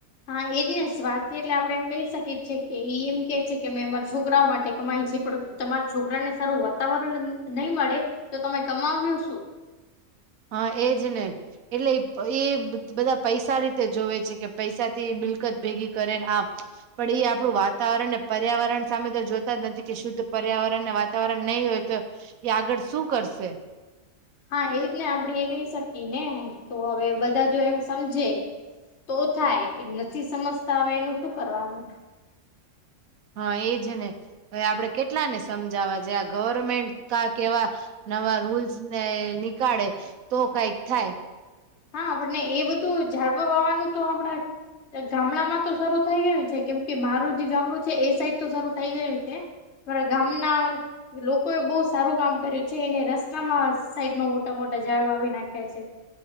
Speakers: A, on the left; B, on the right.
A: હા એજ ને સ્વાર્થી એટલે આપડે એમ કહી શકીએ છે કે ઈ એમ કે છે કે અમે અમારા છોકરાઓ માટે કમાય છે પણ તમારા છોકરા ને સારું વાતાવરણ નહીં મળે તો તમે કમાવ્યો શું
B: હા એજ ને એટલે એ એ બધા પૈસા રીતે જોવે છે કે પૈસાથી મિલકત ભેગી કરેને આમ પણ એ આપણું વાતાવરણ ને પર્યાવરણ સામે તો જોતા જ નથી કે શુદ્ધ પર્યાવરણ ને વા વાતાવરણ નહી હોય તો એ આગળ શું કરશે.
A: હા એજ ને આપણે એ કહી શકીએ ને તો હવે બધા જો એમ સમજે તો થાય એ નથી સમજતા હવે એનું શું કરવાનું.
B: હા એજ ને હવે આપડે કેટલા ને સમજાવા જે આ ગવર્મેન્ટ કા કેવા નવા રૂલ્સ ને નીકાળે તો કઈક થાય.
A: હા આપને એ બધું ઝાડવા વાવાનું તો આપણા ગામડામાં તો શરૂ થઈ ગયું છે કેમ કે મારું જે ગામડું છે એ સાઈડ તો શરૂ થઇ ગયું છે. મારા ગામના લોકોએ બહુ સારું કામ કર્યું છે એને રસ્તામાં સાઈડમાં મોટા મોટા ઝાડ વાવી નાખ્યા છે.